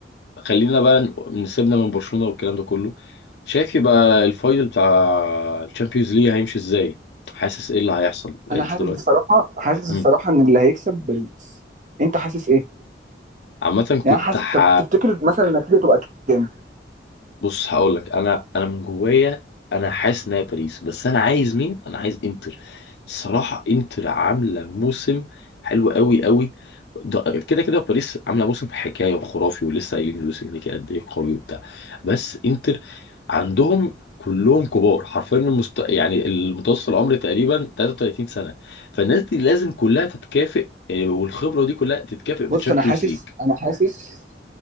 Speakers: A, on the left; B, on the right.
A: خلينا بقى ن- نسيبنا من برشلونة والكلام ده كله شايف يبقى الفاينل بتاع الشامبيونز ليج هيمشي ازاي حاسس ايه اللي هيحصل انت
B: انا حاسس
A: دلوقتي
B: الصراحه حاسس
A: مم.
B: الصراحه ان اللي هيكسب باريس انت حاسس ايه
A: عامة
B: يعني
A: كنت
B: أنا حاسس
A: ح...
B: طب تفتكر مثلا النتيجه تبقى كام؟
A: بص هقول لك انا انا من جوايا انا حاسس ان هي باريس بس انا عايز مين انا عايز انتر الصراحه انتر عامله موسم حلو قوي قوي ده- كده كده باريس عامله موسم حكايه وخرافي ولسه قايلين لويس انريكي قد ايه قوي وبتاع بس انتر عندهم كلهم كبار حرفيا المست... يعني المتوسط العمر تقريبا 33 سنه فالناس دي لازم كلها تتكافئ آه، والخبره دي كلها تتكافئ بالتشامبيونز
B: بص انا حاسس
A: ليج
B: انا حاسس